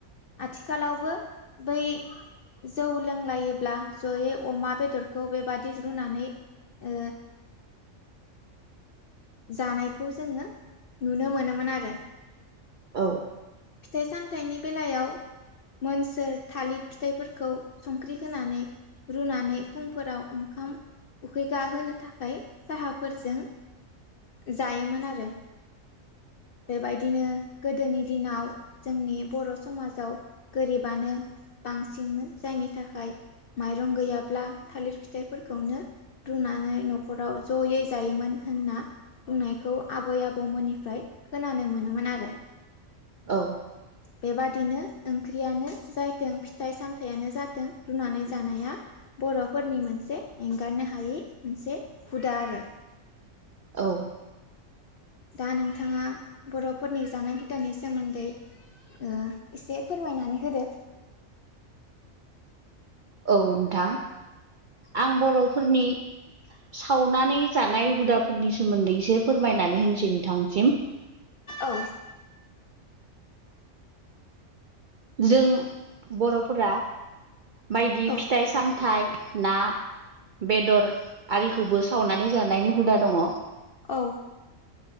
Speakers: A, on the left; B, on the right.
A: आथिखालावबो बै जौ लोंलायोब्ला जयै अमा बेदरखौ बेबादि रुनानै ओ जानायखौ जोंङो नुनो मोनोमोन आरो
B: औ
A: फिथाइ सामथायाइनि बेलायाव मोनसोर थालिर फिथाइफोरखौ संख्रि होनानै रुनानै फुंफोराव ओंखाम उखैगा होनो थाखाय साहाफोरजों जायोमोन आरो बेबायदिनो गोदोनि दिनाव जोंनि बर' समाजाव गोरिबानो बांसिनमोन जायनि थाखाय माइरं गैयाब्ला थालिर फिथाइफोरखौनो रुनानै न'खराव ज'यै जायोमोन होनना बुंनायखौ आबै आबौमोननिफ्राय खोनानो मोनोमोन आरो
B: औ
A: बेबादिनो ओंख्रियानो जाथों फिथाइ सामथायाइयानो जाथों रुनानै जानाया बर'फोरनि मोनसे एंगारनो हायै मोनसे हुदा आरो
B: औ
A: दा नोंथाङा बर'फोरनि जानाय हुदानि सोमोन्दै ओ एसे फोरमायनानै होदो।
B: औ नोंथां आं बर'फोरनि सावनानै जानाय हुदाफोरनि सोमोन्दै एसे फोरमायनानै होनसै नोंथांसिम
A: औ
B: जों बर'फोरा बायदि
A: औ
B: फिथाइ सामथाइ ना बेदर आरिखौबो सावनानै जानायनि हुदा दङ।
A: औ